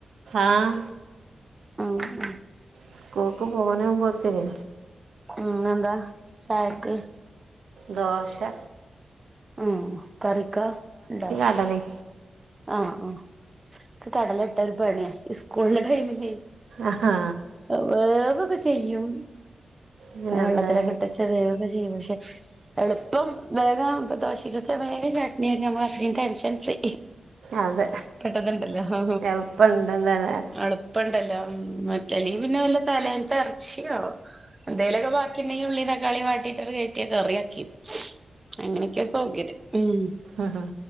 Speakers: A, on the right; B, on the right.
A: ആഹ
B: ആ അ
A: സ്കൂൾക്ക് പോകാനാവുമ്പോത്തിന്
B: ഉം ഇന്നെന്താ ചായക്ക്
A: ദോശ
B: ഉം കറിക്കോ ഉണ്ടോ
A: കടല
B: ആഹ ആ കടല ഇട്ട ഒരു പണിയാ ഈ സ്കൂളില്ല ടൈമിലേ
A: ആഹാ
B: വേവൊക്കെ ചെയ്യും
A: പിന്നെന്ത്
B: വെള്ളത്തിലൊക്കെ ഇട്ടച്ച വേവൊക്കെ ചെയ്യും പക്ഷെ എളുപ്പം വേഗം പ്പ ദോശക്കൊക്കെ വേഗം ചട്ടനിയൊക്കെ നമ്മള് ടെൻഷൻ ഫ്രീ
A: അതെ
B: പെട്ടെന്ന് ഇണ്ടല്ലോ ആ
A: എളുപ്പമുണ്ടല്ലോ അല്ലേ
B: അട ഇനി ഇപ്പ ഉണ്ടല്ലോ മറ്റല്ല പിന്നെ വല്ല തലേനത്തെ ഇറച്ചിയോ എന്തേലുമൊക്കൊബാക്കി ണ്ടെങ്കിൽ ഉള്ളി തക്കാളി വാട്ടിയിട്ട് കയറ്റിയ കറിയാക്കി അങ്ങനെയൊക്കെയാ സൗകര്യം ഉം
A: അഹ് ഹ